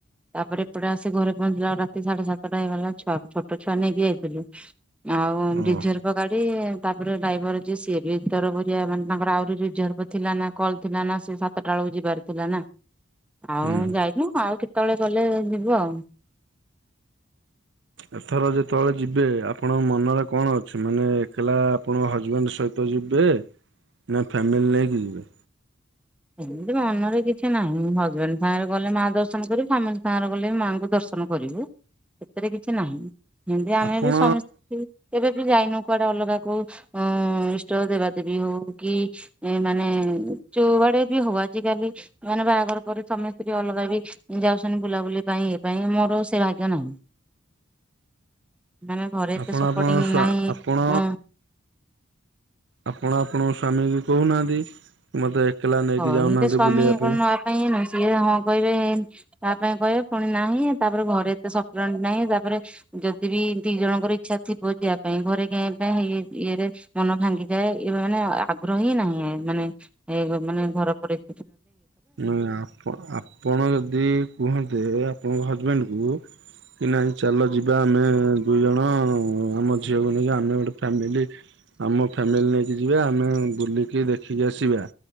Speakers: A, in the centre; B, on the right.
A: ତାପରେ ଏପଟେ ଆସି ଘରେ ପହଞ୍ଚିଲା ରାତି ସାଢେ ସାତଟା ହେଇଗଲା ଛୋଟ ଛୁଆ ନେଇକି ଯାଇଛୁ। ଆଉ
B: ଓହୋ
A: ରିଜର୍ଭ ଗାଡି ତାପରେ ଡ୍ରାଇଭର ସିଏ ବି ତର ଭରିିଆ ମାନେ ତାଙ୍କର ଆହୁରି ରିଜର୍ଭ ଥିଲା ନା କଲ୍ ଥିଲା ନା ସେ ସାତଟା ବେଳକୁ ଯିବାର। ତୁଥିଲା ନା ଆଉ
B: ହୁଁ
A: ଯାଇନୁ ଆଉ କେତେବେଳେ ଗଲେ ଯିବୁ ଆଉ।
B: ଏଥର ଯେତେବେଳେ ଯିବେ ଆପଣଙ୍କ ମନରେ କଣ ଅଛି ମାନେ ଏକଲା ଆପଣଙ୍କ ହଜବେଣ୍ଡ ସହିତ ଯିବେ ନା ଫାମିଲି ନେଇକି ଯିବେ।
A: ଏମିତି ମନରେ କିଛି ନାହିଁ ହଜବେଣ୍ଡ ସାଙ୍ଗରେ ଗଲେ ମା ଦର୍ଶନ କରି ଫାମିଲି ସାଙ୍ଗରେ ଗଲେ ବି ମାଆଙ୍କୁ ଦର୍ଶନ କରିବୁ ସେଥିରେ କିଛି ନାହିଁ ଆମେ
B: ଆପଣ
A: ବି ସ୍ୱାମୀ ସ୍ତ୍ରୀ କେ ଯାଇନ କୁଆଡେ ଅଲଗା କୋଉ ଉଁ ଇଷ୍ଟ ଦେବାଦେବୀ ହଉ କି ମାନେ ଯୋଉଁ ଆଡେ ହଉ ଆଜିକାଲି ମାନେ ବାହାଘର କରି ସ୍ୱାମୀ ସ୍ତ୍ରୀ ଅଲଗା ବି ଯାଉଛନ୍ତି ବୁଲାବୁଲି ପାଇଁ ଏଇ ପାଇଁ ମୋ ମୋର ସେ ଭାଗ୍ୟ ନାହିଁ। ମାନେ ଘରେ ଏତେ
B: ଆପଣ
A: ସପୋର୍ଟିଂ
B: ଆପଣ ସ୍ଵ
A: ନାହିଁ।
B: ଆପଣ
A: ମୁଁ
B: ଆପଣ ଆପଣ ସ୍ଵ ସ୍ୱାମୀକୁ କହୁନାହାନ୍ତି ମତେ ଏକଲା ନେଇକି
A: କହିଲେ
B: ଯାଉନାହାନ୍ତି
A: ସ୍ୱାମୀ
B: ବୁଲେଇବା
A: କଣ
B: ପାଇଁ।
A: ନବା ପାଇଁ ସିଏ ହଁ କହିବେ ତା ପାଇଁ କହିବ ପୁଣି ନାହିଁ ତାପରେ ଘରେ ଏତେ ସଫଟର ନାହିଁ ତାପରେ ଯଦି ବି ଦି ଜଣଙ୍କ ଇଚ୍ଛା ଥିବ ଯିବା ପାଇଁ ଘରେ ଗେ ପେ ଇଁ-ଇଏରେ ମନ ଭାଙ୍ଗିଯାଏ, ଏମାନେ ଆ-ଆଗ୍ରହ ହିଁ ନା ନାହିଁ ମାନେ ଏ ମାନେ ଘର ପରିସ
B: ନାଇଁ ଆପ-ଆପଣ ଯଦି କୁହନ୍ତେ ଆପଣଙ୍କ ହଜବେଣ୍ଡକୁ କି ନାହିଁ ଚାଲ ଯିବା ଆମେ ଦୁଇଜଣ ଆମ ଝିଅକୁ ନେଇକି ଆମେ ଗୋଟେ ଫ୍ୟାମିଲି ଆମ ଫ୍ୟାମିଲି ନେଇ ଯିବା ଆମେ ବୁଲିକି ଦେଖିକି ଆସିବା